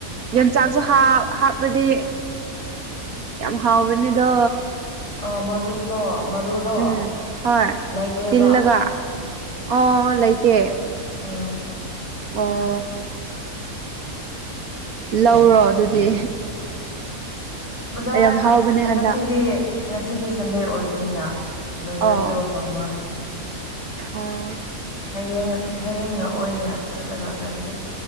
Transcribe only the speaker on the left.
ꯑ ꯃꯔꯨꯇꯣ ꯃꯔꯨꯗꯣ
ꯂꯩꯇꯦꯕꯥ
ꯑꯝ
ꯕꯖꯥꯔ
ꯍ ꯉꯁꯤꯗꯤ
ꯉꯁꯤꯗꯤ ꯁꯟꯗꯦ ꯑꯣꯏꯕꯅꯤꯅ ꯕꯖꯥꯔꯁꯨ
ꯍꯪꯉ‌ꯣꯏ
ꯍꯌꯦꯡ ꯍꯌꯦꯡꯅ ꯑꯣꯏꯅ ꯆꯠꯂꯒ ꯂꯩꯒ‌ꯦ